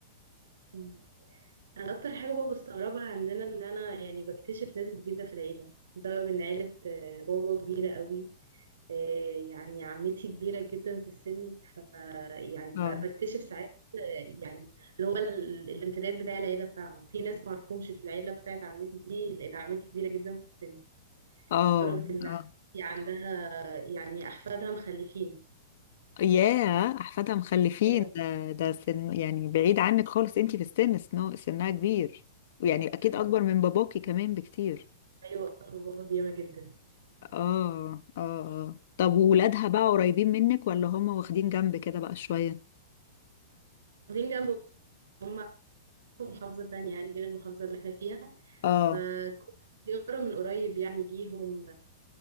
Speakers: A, on the right; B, on the left.
A: مم. انا اكتر حاجه بقى بستغربها عندنا ان انا يعني بكتشف ناس جديده في العيله بسبب ان عيله آه، بابا كبيره قوي آه، يعني عمتي كبيره جدا في السن ف يعني ب-
B: اه
A: بكتشف ساعات آه، يعني اللي هو ال- الامتداد بتاع العيله بتاعهم في ناس ما اعرفهمش في العيله بتاعت عمتي دي لان عمتي كبيره جدا في السن
B: اه
A: لدرجه ان عمتي
B: اه
A: عندها يعني احفادها مخلفين
B: ياه احفادها مخلفين
A: ايوه
B: ده ده سن يعني بعيد عنك خالص انتي في السن سنو سنها كبير ويعني اكيد
A: ايوه
B: اكبر من باباكي كمان بكتير
A: ايوه بابا بياما جدا
B: اه اه اه طب وولادها بقى قريبين منك ولا هم واخدين جنب كده بقى شوية
A: واخدين جنب هم في محافظه تانية يعني غير المحافظه اللي احنا فيها
B: اه
A: فكنت زيارة من قريب يعني ليهم